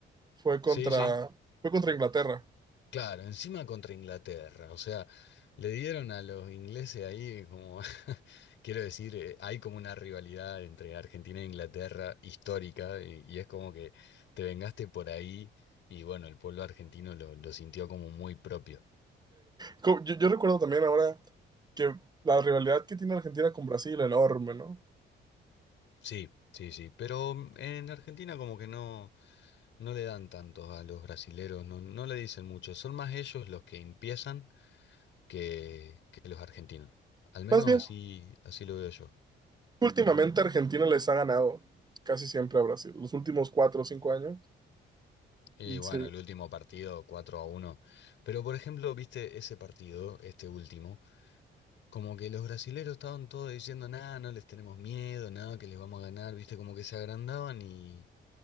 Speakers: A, on the right; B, on the left.
A: fue contra,
B: Sí, sí.
A: fue contra Inglaterra.
B: Claro, encima contra Inglaterra, o sea, le dieron a los ingleses ahí como, <laughs> quiero decir, eh, hay como una rivalidad entre Argentina e Inglaterra histórica y, y es como que te vengaste por ahí y bueno, el pueblo argentino lo, lo sintió como muy propio.
A: Co- Yo, yo recuerdo también ahora que la rivalidad que tiene Argentina con Brasil, enorme, ¿no?
B: Sí, sí, sí, pero mm, en Argentina como que no, no le dan tanto a los brasileros, no, no le dicen mucho, son más ellos los que empiezan que, que los argentinos, al menos
A: Más bien,
B: así, así lo veo yo.
A: últimamente Argentina les ha ganado casi siempre a Brasil, los últimos cuatro o cinco años.
B: Y bueno,
A: Sí.
B: el último partido cuatro a uno Pero por ejemplo, viste ese partido, este último, como que los brasileros estaban todos diciendo, nada, no les tenemos miedo, nada, que les vamos a ganar, viste, como que se agrandaban y,